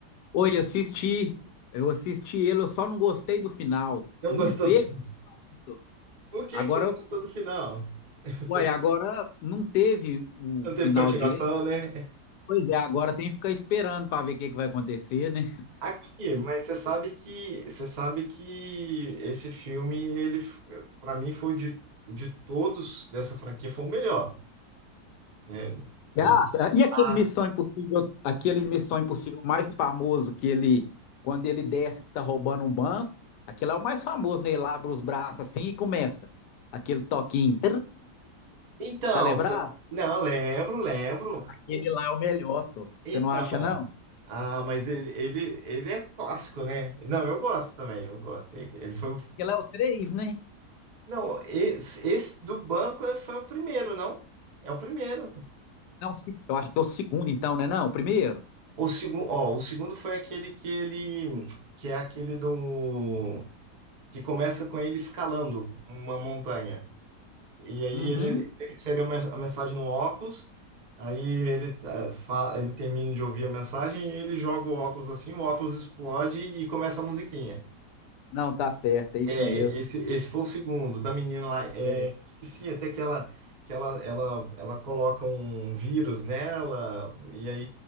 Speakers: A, on the left; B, on the right.
A: Oi, assisti. Eu assisti ele, eu só não gostei do final.
B: Não
A: Não
B: gostou?
A: teve
B: do- <laughs>
A: isso?
B: Por que
A: Agora,
B: que você não gostou do final? <laughs> Você
A: uai, agora não teve o
B: não
A: final
B: teve continuação,
A: direito.
B: né?
A: Pois é, agora tem que ficar esperando para ver o que que vai acontecer, né?
B: Aqui, mas você sabe que você sabe que esse filme ele para mim foi de, de todos dessa franquia foi o melhor, né? De-
A: Você acha? E aquele
B: Ah,
A: Missão Impossível, aquele Missão Impossível mais famoso que ele, quando ele desce que tá roubando um banco, aquele é o mais famoso, né? Ele abre os braços assim e começa aquele toquinho.
B: então,
A: Tá lembrado?
B: não, lembro, lembro. En-
A: Ele lá é o melhor, só.
B: Então,
A: Você não acha, não?
B: ah, mas ele, ele, ele é clássico, né? Não, eu gosto também, eu gosto. Ele foi
A: Porque lá é o três, né?
B: Não, esse, esse do banco é- foi o primeiro, não? É o primeiro.
A: Não, o se- eu acho que é o segundo, então, né? Não, o primeiro?
B: O segundo, ó, o segundo foi aquele que ele que é aquele do que começa com ele escalando uma montanha. E aí
A: Uhum.
B: ele ele recebe a mes- a mensagem no óculos, aí ele, eh, fa- ele termina de ouvir a mensagem e ele joga o óculos assim, o óculos explode e começa a musiquinha.
A: Não, tá certo, é isso
B: É,
A: mesmo.
B: esse, esse foi o segundo, da menina lá. é,
A: É.
B: esqueci até que ela, que ela, ela, ela coloca um vírus nela, e aí